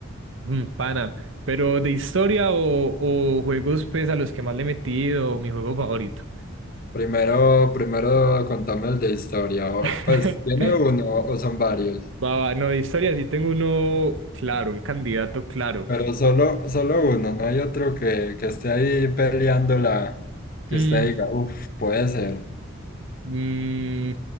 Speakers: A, on the right (about 70°); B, on the left (about 45°).
A: Mm, pana. Pero de historia o, o juegos pues a los que más le he metido, mi juego favorito.
B: Primero, primero contame el de historia. o-
A: <laughs>
B: Pues, ¿tiene uno o son varios?
A: Va, va, no, de historia sí tengo uno claro, un candidato claro.
B: Pero solo, solo uno, no hay otro que, que esté ahí peleándola, que
A: Mm,
B: usted diga, uff, puede ser.
A: mm,